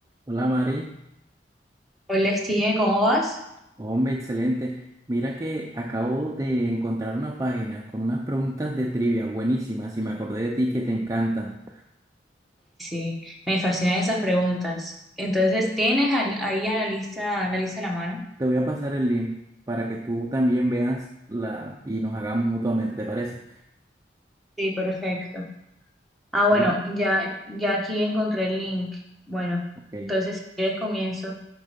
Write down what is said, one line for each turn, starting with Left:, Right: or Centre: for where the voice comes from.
Right: Hola Mari,
Centre: Hola Steven, ¿cómo vas?
Right: hombre, excelente. Mira que acabo de encontrar una página con unas preguntas de trivia buenísimas y me acordé de ti que te encantan.
Centre: Sí, me fascinan esas preguntas. Entonces, ¿tienes al- ahí a la lista, la lista a la mano?
Right: Te voy a pasar el link para que tú también veas la y nos hagamos mutuamente, ¿te parece?
Centre: Sí, perfecto. Ah, bueno,
Right: Sí,
Centre: ya, ya aquí encontré el link. Bueno,
Right: ok.
Centre: entonces si quieres comienzo